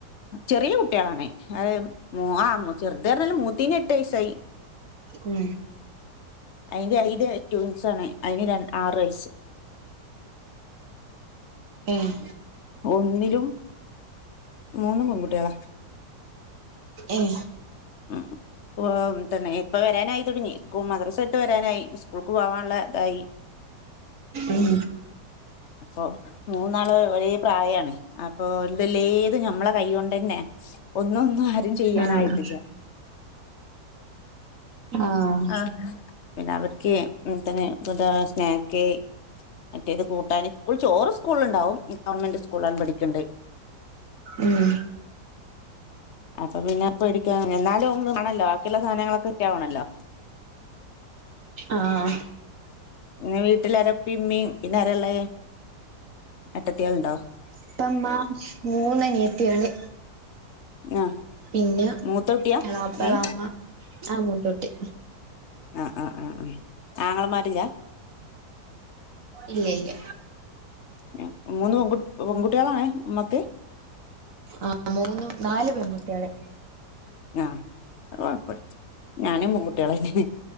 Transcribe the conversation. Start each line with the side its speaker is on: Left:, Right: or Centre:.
Left: ചെറിയ കുട്ടികളാണേ ഉം ആഹ് ചെറുത് പറഞ്ഞല്ലും മൂത്തീന് എട്ട് വയസ്സായി
Right: ഉം
Left: അതിന്റെ എല് ട്യൂൻസ് ആണ് അതിന് ര ആറ് വയസ്സ്
Right: ആഹ്
Left: ഒന്നിലും മൂന്നും പെൺകുട്ടികളാ
Right: ഉം
Left: ഉം. ഓഹ് തന്നെ ഇപ്പം വരാനായി തുടങ്ങി സ്കൂ മദ്രസ വിട്ട് വരാനായി സ്കൂൾക്ക് പോവാനുള്ള ഇതായി
Right: ഉം
Left: അപ്പോ മൂന്നാള് ഒരേ പ്രായമാണ് അപ്പൊ ഏതും ഞമ്മളെ കൈകൊണ്ട് തന്നെ- ഒന്നും ഒന്നും ആരും ചെയ്യാനായിട്ടില്ല
Right: ആണോ <inaudible> ആഹ്
Left: ആഹ് പിന്നെ അവർക്ക് ഇപ്പ ദാ സ്നാക്ക്- മറ്റേത് കൂട്ടാന് ചോറ് സ്കൂള് ഉണ്ടാവും ഗവൺമെന്റ് സ്കൂലിലാണ് പഠിക്കണ്ട് <inaudible>
Right: ഉം
Left: അപ്പൊ പിന്നെ പേടിക്ക എന്നാലും വാണല്ലോ ബാക്കിയുള്ള സാധനങ്ങളൊക്കെ സെറ്റാവണല്ലോ
Right: ആഹ്
Left: പിന്നെ വീട്ടില് ആരാ ഉപ്പിം ഉമ്മിം പിന്നെ അരായുള്ളെ ഏട്ടത്തിയാളുണ്ടോ
Right: ഉപ്പ ഉമ്മ മൂന്നനിയത്തിയള്
Left: ആഹ്
Right: പിന്നെ
Left: മൂത്ത കുട്ടിയാ
Right: എളാപ്പടെ
Left: നീ
Right: അമ്മ ആ മൂത്തകുട്ടി
Left: ആഹ് ആഹ് ആഹ് ആങ്ങളമാരില്ല
Right: ഇല്ല ഇല്ല
Left: ഉം മൂന്ന് പെൺകുട്ടിയികളാണ് നമ്മൾക്ക്
Right: ആഹ് മൂനും നാലു പെൺകുട്ടികള്
Left: ആഹ് അത് കൊഴപ്പല്ല ഞാനും പെൺകുട്ടികളന്നെ